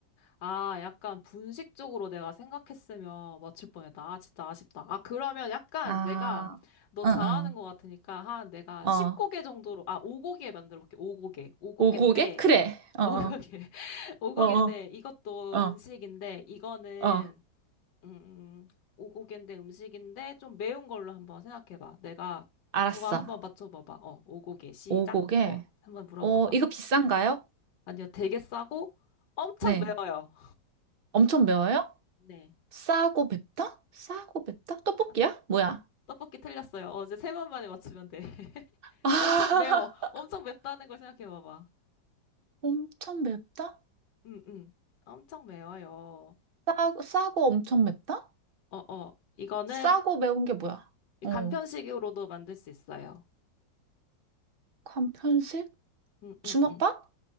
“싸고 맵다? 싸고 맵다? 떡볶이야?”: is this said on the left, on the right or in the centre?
Right